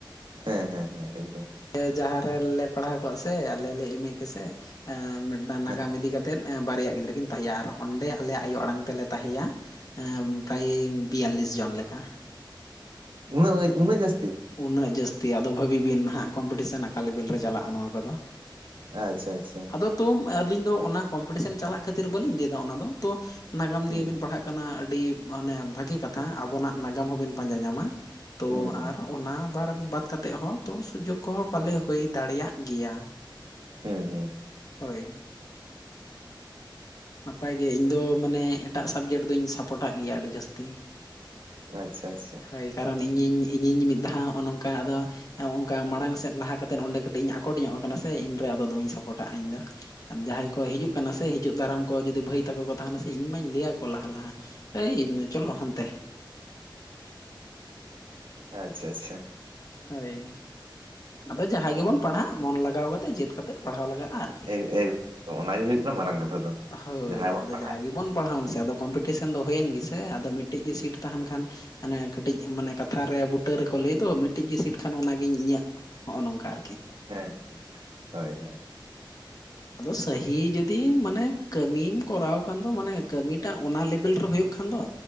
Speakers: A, on the right; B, on the left.
A: ᱦᱮᱸ ᱦᱮᱸ ᱦᱮᱸ ᱮᱠᱫᱚᱢ᱾
B: ᱞᱮ ᱡᱟᱦᱟᱸ ᱨᱮᱞᱮ ᱯᱟᱲᱦᱟᱣ ᱠᱚᱜ ᱥᱮ ᱟᱞᱮ ᱞᱮ ᱮᱢᱮ ᱠᱮᱥᱮ᱾ ᱢᱤᱫᱴᱟᱝ ᱱᱟᱜᱟᱢ
A: ᱦᱮᱸ
B: ᱤᱫᱤ ᱠᱟᱛᱮᱫ ᱵᱟᱨᱭᱟ ᱜᱤᱫᱽᱨᱟᱹ ᱠᱤᱱ ᱛᱟᱦᱮᱸᱜᱼᱟ ᱟᱨ ᱚᱸᱰᱮ ᱟᱞᱮᱭᱟᱜ ᱟᱭᱳ ᱟᱲᱟᱝ ᱛᱮᱞᱮ ᱛᱟᱦᱮᱸᱭᱟ᱾ ᱯᱮᱨᱟᱭ ᱵᱤᱭᱟᱞᱞᱤᱥ ᱡᱚᱱ ᱞᱮᱠᱟ᱾
A: ᱩᱱᱟᱹᱜ ᱩᱭ ᱩᱱᱟᱹᱜ ᱡᱟᱹᱥᱛᱤ
B: ᱩᱱᱟᱹᱜ ᱡᱟᱹᱥᱛᱤ ᱟᱫᱚ ᱵᱷᱟᱹᱵᱤ ᱵᱤᱱ ᱱᱟᱦᱟᱜ ᱠᱚᱢᱯᱤᱴᱤᱥᱮᱱ ᱟᱠᱟ ᱞᱮᱵᱮᱞ ᱨᱮ ᱪᱟᱞᱟᱜᱼᱟ ᱱᱚᱣᱟ ᱠᱚᱫᱚ᱾
A: ᱟᱪᱪᱷᱟ ᱟᱪᱪᱷᱟ᱾
B: ᱟᱫᱚ ᱛᱚᱢ ᱟᱹᱞᱤᱧ ᱫᱚ ᱚᱱᱟ ᱠᱚᱢᱯᱤᱴᱤᱥᱮᱱ ᱪᱟᱞᱟᱜ ᱠᱷᱟᱹᱛᱤᱨ ᱵᱟᱹᱞᱤᱧ ᱞᱟᱹᱭᱫᱟ ᱚᱱᱟᱫᱚ ᱛᱚ᱾ ᱱᱟᱜᱟᱢ
A: ᱦᱩᱸ
B: ᱫᱤᱭᱮ ᱵᱤᱱ ᱯᱟᱲᱦᱟᱜ ᱠᱟᱱᱟ ᱟᱹᱰᱤ ᱢᱟᱱᱮ ᱵᱷᱟᱹᱜᱤ ᱠᱟᱛᱷᱟ ᱟᱵᱚᱱᱟᱜ ᱱᱟᱜᱟᱢ ᱦᱚᱸᱵᱤᱱ ᱯᱟᱸᱡᱟ ᱧᱟᱢᱟ᱾ ᱛᱚ
A: ᱦᱩᱸ ᱦᱩᱸ
B: ᱟᱨ ᱚᱱᱟ ᱵᱟᱨ ᱵᱟᱫᱽ ᱠᱟᱛᱮᱫ ᱦᱚᱸ ᱛᱚ ᱥᱩᱡᱳᱜᱽ ᱠᱚᱦᱚᱸ ᱯᱟᱞᱮ ᱦᱩᱭ ᱫᱟᱲᱮᱭᱟᱜ ᱜᱮᱭᱟ᱾
A: ᱦᱩᱸ ᱦᱩᱸ
B: ᱦᱳᱭ᱾ ᱱᱟᱯᱟᱭ ᱜᱮ ᱤᱧ ᱫᱚ ᱢᱟᱱᱮ ᱮᱴᱟᱜ ᱥᱟᱵᱽᱡᱮᱴ ᱫᱚᱧ ᱥᱟᱯᱚᱴᱟᱜ ᱜᱮᱭᱟ ᱟᱹᱰᱤ ᱡᱟᱹᱥᱛᱤ᱾
A: ᱟᱪᱪᱷᱟ ᱟᱪᱪᱷᱟ
B: ᱦᱳᱭ ᱠᱟᱨᱚᱱ ᱤᱧᱤᱧ ᱤᱧᱤᱧ ᱢᱤᱫ ᱫᱷᱟᱣ ᱱᱚᱜᱼᱚᱭ ᱱᱚᱝᱠᱟ ᱟᱫᱚ ᱚᱱᱠᱟ ᱢᱟᱲᱟᱝ ᱥᱮᱫ ᱞᱟᱦᱟ ᱠᱟᱛᱮᱫ ᱚᱸᱰᱮ ᱠᱟᱹᱴᱤᱡ ᱤᱧ ᱟᱠᱚᱴ ᱧᱚᱜ ᱠᱟᱱᱟ ᱥᱮ ᱤᱧᱨᱮ ᱟᱫᱚ ᱫᱚᱢᱮᱧ ᱥᱟᱯᱨᱚᱴᱟᱜᱼᱟ ᱤᱧᱫᱚ᱾ ᱟᱨ ᱡᱟᱦᱟᱸᱭ ᱠᱚ ᱦᱤᱡᱩᱜ ᱠᱟᱱᱟ ᱥᱮ ᱦᱤᱡᱩᱜ ᱫᱟᱨᱟᱢ ᱠᱚ ᱡᱩᱫᱤ ᱵᱟᱹᱭ ᱛᱟᱠᱚ ᱠᱚ ᱛᱟᱦᱮᱱᱟ ᱥᱮ ᱤᱧ ᱢᱟᱧ ᱞᱮᱭᱟᱠᱚᱣᱟ ᱞᱟᱦᱟ ᱞᱟᱦᱟ᱾ ᱟᱹᱭ ᱪᱚᱞᱚ ᱦᱟᱱᱛᱮ᱾
A: ᱦᱮᱸ. ᱟᱪᱪᱷᱟ ᱟᱪᱪᱷᱟ᱾
B: ᱦᱳᱭ ᱟᱫᱚ ᱡᱟᱦᱟᱸᱭ
A: ᱦᱩᱸ
B: ᱜᱮᱵᱚᱱ ᱯᱟᱲᱦᱟᱜ ᱢᱚᱱ ᱞᱟᱜᱟᱣ ᱠᱟᱛᱮᱫ ᱡᱮᱛ ᱠᱟᱛᱮᱫ ᱯᱟᱲᱦᱟᱣ ᱞᱟᱜᱟᱜᱼᱟ ᱟᱨᱠᱤ᱾
A: ᱮ ᱮᱜ ᱫᱚᱢ ᱚᱱᱟ ᱦᱩᱭᱩᱜ ᱠᱟᱱᱟ ᱢᱟᱨᱟᱝ ᱠᱟᱛᱷᱟ ᱫᱚ
B: ᱦᱳᱭ
A: ᱡᱟᱦᱟᱸᱭ
B: ᱟᱫᱚ
A: ᱵᱚᱱ ᱯᱟᱲ
B: ᱜᱮᱵᱚᱱ ᱯᱟᱲᱦᱟᱣᱮᱱ ᱥᱮ ᱟᱫᱚ ᱠᱚᱢᱯᱤᱴᱤᱥᱮᱱ ᱫᱚ ᱦᱩᱭᱮᱱ ᱜᱮᱥᱮ ᱟᱫᱚ ᱢᱤᱫᱴᱤᱡ ᱜᱮ ᱥᱤᱴ ᱛᱟᱦᱮᱱ ᱠᱷᱟᱱ, ᱦᱟᱱᱮ ᱠᱟᱹᱴᱤᱡ ᱢᱟᱱᱮ ᱠᱟᱛᱷᱟᱨᱮ ᱵᱩᱴᱟᱹ ᱨᱮᱠᱚ ᱞᱟᱹᱭ ᱫᱚ ᱢᱤᱫ, ᱴᱤᱡ ᱜᱮ ᱥᱤᱴ ᱠᱷᱟᱱ ᱚᱱᱟᱜᱮᱧ ᱤᱧᱟᱹᱜ ᱱᱚᱜᱼᱚ ᱱᱚᱝᱠᱟ ᱟᱨᱠᱤ᱾
A: ᱦᱮᱸ ᱦᱳᱭ ᱦᱳᱭ᱾
B: ᱟᱫᱚ ᱥᱟᱦᱤ ᱡᱩᱫᱤ ᱢᱟᱱᱮ ᱠᱟᱹᱢᱤᱢ ᱠᱚᱨᱟᱣ ᱠᱷᱟᱱ ᱫᱚ ᱢᱟᱱᱮ ᱠᱟᱹᱢᱤᱴᱟᱜ ᱚᱱᱟ ᱞᱮᱵᱮᱞ ᱨᱮ ᱦᱩᱭᱩᱜ ᱠᱷᱟᱱ ᱫᱚ,